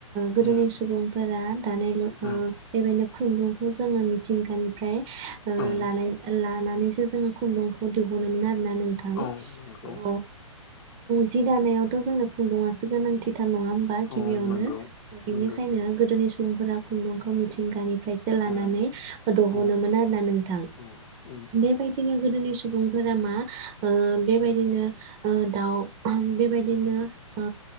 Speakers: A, on the right; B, on the left.
A: गोदोनि
B: उम
A: सुबुंफोरा दानायल' <unintelligible>
B: उम
A: खुन्दुंखौ जोङो मिथिंगानिफ्राय
B: उम
A: लानाय। <unintelligible> लानानैसो जोङो खुन्दुंखौ दिहुनो मोन आरो ना नोंथां
B: औ नंगौ
A: औ जि दानायावथ' जों खुन्दुंआसो गोनांथि नङा होमबा गिबियावनो
B: औ नंगौ
A: बिनिखायनो
B: नंगौ
A: गोदोनि सम सुबुंफोरा खुन्दुंखौ मिथिंगानि फ्राय सो लानानै
B: औ
A: दहनोमोन
B: औ
A: आरोना नोंथां
B: औ उम उम
A: बेबायदिनो गोदोनि सम सुबुंफोरा मा ओ बेबायदिनो ओ दाउ बेबायदिनो ओ